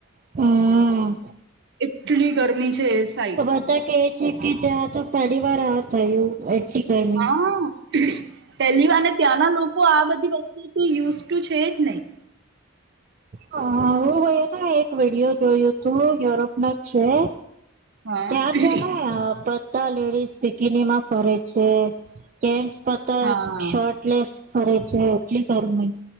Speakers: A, on the right (about 40°); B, on the right (about 55°).
A: હું.
B: એટલી ગરમી છે. સાઈડ
A: ખબર ત કે છે કે જ્યાં તો પહેલી વાર આ થયું. એટલી ગરમી
B: હા પેલી વાર ત્યાંના લોકો આ બધી વસ્તુ તે યુઝ ટુ છે જ નહીં.
A: હા હુંય એક નો એક વિડીયો જોયું તું યુરોપ ન જ છે.
B: હા
A: ત્યાં છે. ને પ લેડીઝ પિકિની માં ફરે છે, જેસ પતા
B: હા
A: શર્ટલેસ ફરે છે, એટલી ગરમી